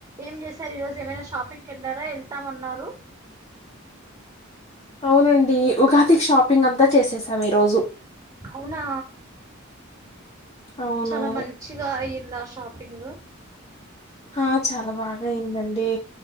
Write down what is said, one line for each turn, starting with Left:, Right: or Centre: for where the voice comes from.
Right: ఏం చేస్ సారే ఈ రోజు ఏమైనా షాపింగ్ కి వెళ్ళారా వెళ్తామన్నారు
Left: అవునండి ఉగాది షాపింగ్ అంతా చేసేసాం ఈరోజు
Right: అవునా
Left: అవును
Right: చాలా మంచిగా అయిన్ నా షాపింగ్
Left: ఆ చాలా బాగా అయిందండి